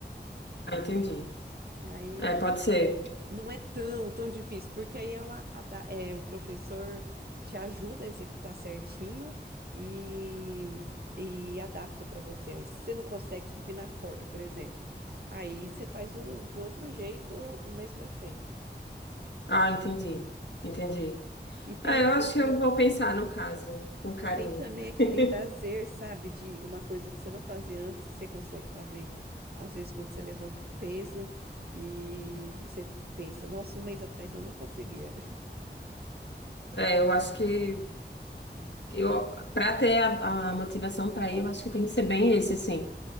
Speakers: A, on the left; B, on the right.
A: Ah, entendi.
B: Aí
A: É, pode ser.
B: não é tão, tão difícil, porque aí ela, a é, o professor te ajuda a executar certinho e, e adapta para você. Aí, se você não consegue subir na corda, por exemplo, aí você faz um de outro jeito o mesmo efeito.
A: Ah, entendi. Entendi.
B: E, tem
A: É,
B: aquele,
A: eu acho que eu vou pensar no caso, com carinho.
B: tem também
A: <laughs>
B: aquele prazer, sabe, de uma coisa que você não fazia antes, você consegue fazer. Às vezes, quando você levanta um peso e você pensa, nossa, um mês atrás eu não conseguia.
A: É, eu acho que eu, para ter a, a motivação para ir, eu acho que tem que ser bem esse, assim.